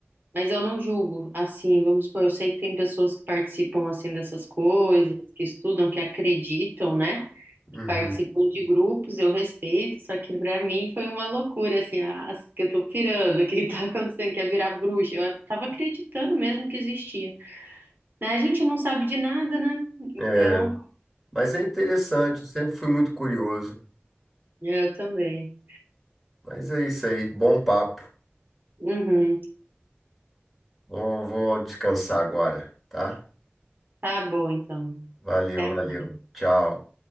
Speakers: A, on the right; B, in the centre.
A: Mas eu não julgo, assim, vamos supor, eu sei que tem pessoas que participam, assim, dessas coisas, que estudam, que acreditam, né?
B: Uhum.
A: Que participam de grupos, eu respeito, só que pra mim foi uma loucura, assim, ah, que eu tô pirando, o que tá acontecendo, quer virar bruxa. Eu tava acreditando mesmo que existia. Né? A gente não sabe de nada, né? Então,
B: É, mas é interessante, eu sempre fui muito curioso.
A: eu também.
B: Mas é isso aí, bom papo.
A: Uhum.
B: Vou, vou descansar agora, tá?
A: Tá bom, então.
B: Valeu,
A: Até
B: valeu. Tchau.